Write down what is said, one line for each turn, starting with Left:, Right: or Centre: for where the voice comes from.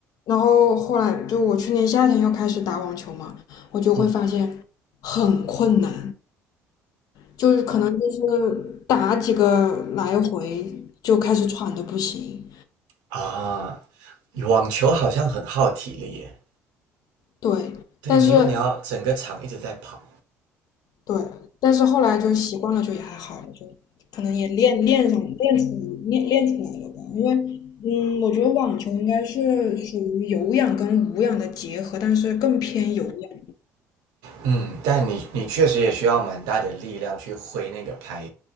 Left: 然后后来就我去年夏天又开始打网球嘛，我就会发现很困难，
Right: 嗯。
Left: 就是可能就是打几个来回就开始喘的不行，
Right: 啊，网球好像很耗体力耶。
Left: 对，
Right: 对，
Left: 但是
Right: 你因为你要整个场一直在跑，
Left: 对，但是后来就习惯了，就也还好了，就可能也练练上练出练练出来了吧。因为，嗯，我觉得网球应该是属于有氧跟无氧的结合，但是更偏有氧。
Right: 嗯，但你你确实也需要蛮大的力量去挥那个拍，